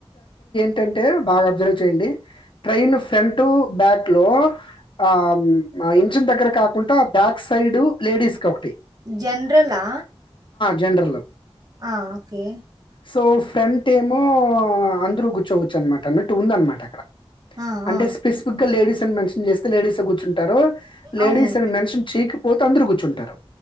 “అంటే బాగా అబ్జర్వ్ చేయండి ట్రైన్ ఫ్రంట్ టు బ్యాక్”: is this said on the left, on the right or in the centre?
Left